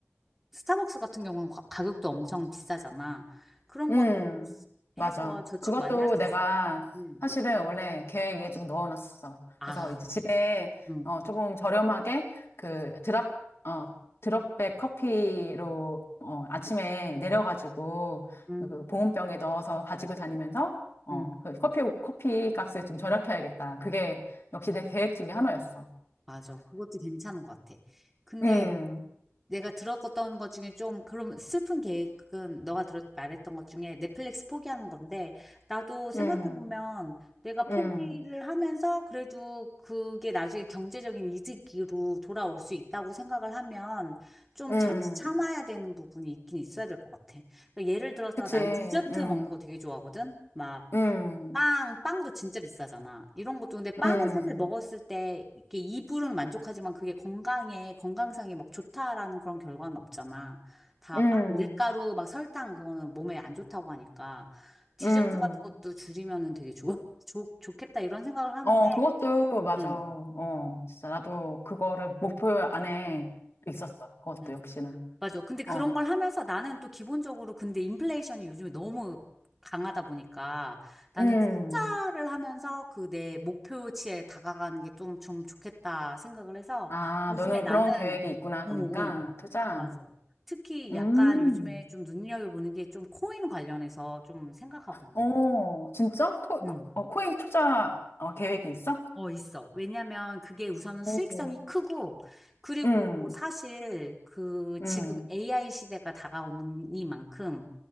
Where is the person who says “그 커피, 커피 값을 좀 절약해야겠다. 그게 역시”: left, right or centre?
Left